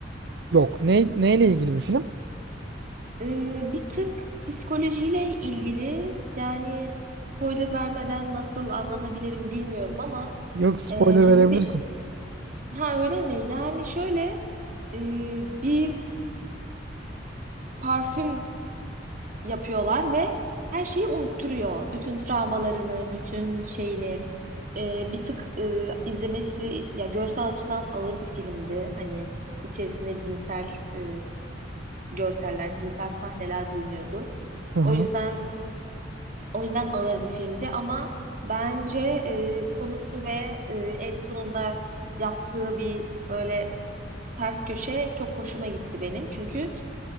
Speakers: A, on the right (about 65°); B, on the right (about 45°).
A: Yok. Ne, neyle ilgili bir film?
B: Ee, bir tık psikolojiyle ilgili yani spoiler vermeden nasıl anlatabilirim bilmiyorum ama
A: Yok spoiler
B: e, kesinlikle
A: verebilirsin.
B: ha öyle mi? Yani şöyle e, bir parfüm yapıyorlar ve her şeyi unutturuyor. Bütün travmalarını, bütün şeyini. E, bir tık e, izlemesi ya görsel açıdan ağır bir filmdi. Hani içerisinde cinsel e, görseller, cinsel sahneler bulunuyordu.
A: Hı hı.
B: O yüzden O yüzden ağır bir filmdi ama bence e, konusu ve e, en sonunda yaptığı bir böyle ters köşe çok hoşuma gitti benim. Çünkü